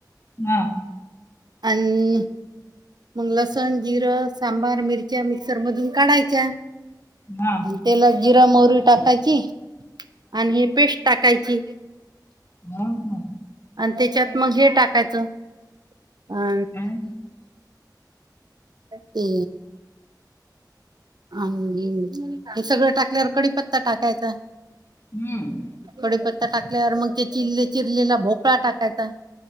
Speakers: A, on the left; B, on the right.
A: हा.
B: आन. मग लसण जिरं सांबार मिरच्या, मिक्सर मधून काढायच्या.
A: हा
B: आणि तेलात जिरा म्हवरी टाकायची आणि ही पेस्ट टाकायची.
A: हा हा.
B: आणि त्याच्यात मग हे टाकायचं अ
A: काय
B: ते अन उम हे सगळं टाकल्यावर कडीपत्ता टाकायचा.
A: हम्म
B: कडीप टाकल्यावर मग ते चिरले चिरलेला भोपळा टाकायचा,